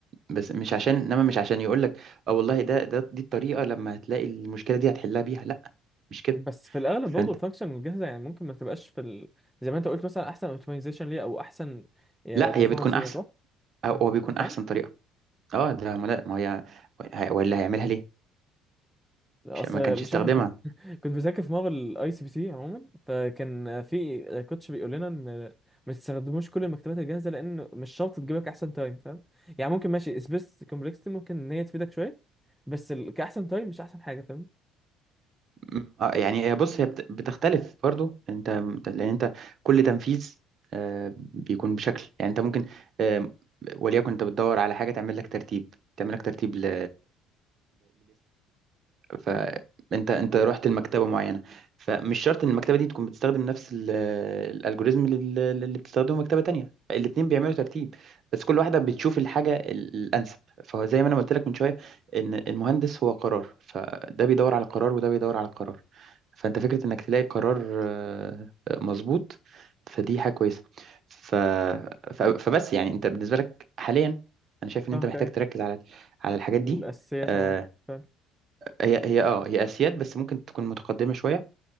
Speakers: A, on the right; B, in the centre.
A: بس مش عشان انما مش عشان يقول لك اه والله ده ده دي الطريقة لما هتلاقي المشكلة دي هتحلها بيها لا مش كده
B: بس في الاغلب
A: فانت
B: برضه الفانكشن الجاهزه يعني ممكن ما تبقاش في ال... زي ما انت قلت مثلا احسن اوبتمايزيشن ليها او احسن بيرفورمانس
A: لا هي بتكون احسن
B: ليها صح؟
A: او
B: م-
A: هو بيكون
B: فاهم؟
A: احسن طريقة اه ده ما لا- ما هي ولا هيعملها ليه
B: اصل
A: مش ما كانش
B: مش
A: يستخدمها
B: عارف أنا كنت كنت بذاكر في مره الاي سي بي سي عموما فكان في كوتش بيقول لنا ان ما تستخدموش كل المكتبات الجاهزه لان مش شرط تجيب لك احسن تايم فاهم؟ يعني ممكن ماشي سبيس كومبلكسيتي ممكن ان هي تفيدك شويه بس ال... كاحسن تايم مش احسن حاجه فاهم؟
A: م- آه، يعني هي بص هي بت- بتختلف برضو انت أنت- لان انت كل تنفيذ آه، بيكون بشكل يعني انت ممكن آه، وليكن انت بتدور على حاجه تعمل لك ترتيب تعمل لك ترتيب ل فانت انت رحت لمكتبه معينه فمش شرط ان المكتبه دي تكون بتستخدم نفس ال- الالجوريزم لل- اللي بتستخدمه مكتبه تانية فالاتنين بيعملوا ترتيب بس كل واحده بتشوف الحاجه ال- الانسب فهو زي ما انا قلت لك من شويه ان المهندس هو قرار فده بيدور على قرار وده بيدور على قرار فانت فكره انك تلاقي قرار آه، مظبوط فدي حاجه كويسه ف... ف... فبس يعني انت بالنسبه لك حاليا انا شايف ان
B: فاهمك
A: انت محتاج
B: ايه
A: تركز على على الحاجات
B: الاساسيات
A: دي آه،
B: عموما فاهم؟
A: هي هي اه هي اسياد بس ممكن تكون متقدمه شويه